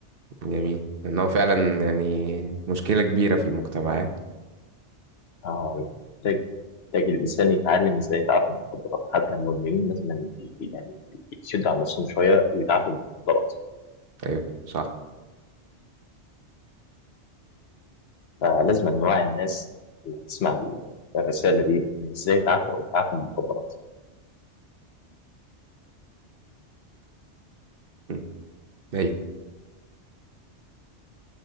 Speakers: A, on the right; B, on the left.
A: جميل لأنه فعلا يعني مشكلة كبيرة في المجتمعات
B: آه والله محتاج محتاج الإنسان يتعلم إزاي يتعافى من المخدرات حتى المدمنين لازم يعني ي- يعني يشدوا عن نفسهم شوية ويتعافوا من المخدرات
A: أيوه صح
B: فلازم نوعي الناس اللي تسمع ال- الرسالة دي إزاي يتعافوا يتعافوا من المخدرات
A: مم. أي